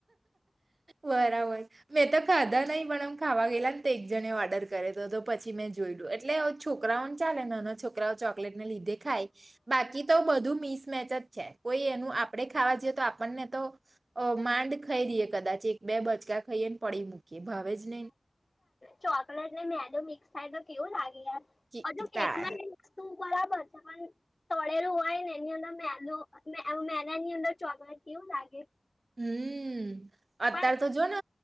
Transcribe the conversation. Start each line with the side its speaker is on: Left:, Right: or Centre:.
Right: બરાબર, મેં તો ખાધા નહીં પણ અમ ખાવા ગેલા ન તો એક જને ઓર્ડર કરેલો તો પછી મેં જોયલું એટલે છોકરાઓન ચાલે નાના છોકરાઓ ચોકલેટને લીધે ખાય. બાકી તો બધું મિસમેચ જ છે કોઈ એનું આપણે ખાવા જઈએ તો આપણને તો અ માંડ ખઈ રીએ કદાચ એક બે બચકાં ખઈએને પડી મૂકીએ ભાવે જ નઈ.
Left: ચોકલેટને મેદો મિક્સ થાય તો કેવું લાગે યાર?
Right: કી-
Left: અજુ કેકમાંય
Right: તા
Left: તું બરાબર છે પણ તળેરું હોય ને એની અંદર મેદ મેદ ની અંદર ચોમાણ કેવું લાગે
Right: હમ અત્ય્યારે
Left: પણ
Right: તો જોને